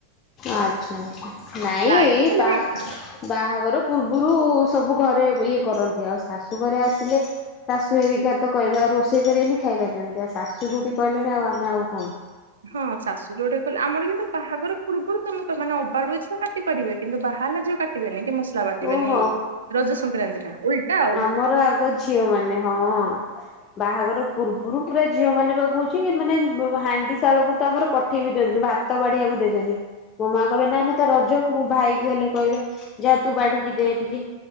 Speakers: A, on the left; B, on the right.
A: ଆଚ୍ଛା ନାଇଁ
B: ଲାଗିଥିଲେ
A: ଏଇ ବାଥ
B: ହେଇଥାନ୍ତା।
A: ବାହାଘର ପୂର୍ବରୁ ସବୁ ଘରେ ଇଏ କରନ୍ତି ଆଉ ଶାଶୁ ଘରେ ଆସିଲେ ଶାଶୁ ହେରିକି ତ କହିବେ ଆଉ ରୋଷେଇ କରିବେନି ଖାଇବା କେମିତି ଆଉ ଶାଶୁ ଯୋଉଠି କହିଲେଣି ଆଉ ଆମେ ଆଉ କଣ?
B: ହଁ ଶାଶୁ ଯୋଉଟା କହିଲା ଆମର କିନ୍ତୁ ବାହାଘର ପୂର୍ବରୁ ତମେ କ ମାନେ ଅବାଡୁଆ ଝିଅ କାଟି ପାରିବେ କିନ୍ତୁ ବାହା ହେଲା ଝିଅ କା କାଟିବେନି କି ମସଲା ବାଟିବେନି
A: ଓ ହୋ
B: ଏଇ ରଜ ସଂକ୍ରାନ୍ତି ଟା ଉଲଟା ଆଉ।
A: ମୋର ଆଗ ଝିଅ ମାନେ ହଁ। ବାହାଘର ପୂର୍ବରୁ ପୁରା ଝିଅ ମାନେ ପାକୁହୁଛି ମାନେ ହାଣ୍ଡି ଶାଳକୁ ତ ଆମର ପଠେଇବି ଯଦି ଭାତ ତ ବାଢିବାକୁ ଦେବେନି ମୋ ମା କହିବେ ନାଇ ନାଇ ତା ରଜ ମୋ ଭାଇକୁ ହେଲେ କହିବେ ଯାହା ତୁ ବାଢିକି ଦେ ଟିକେ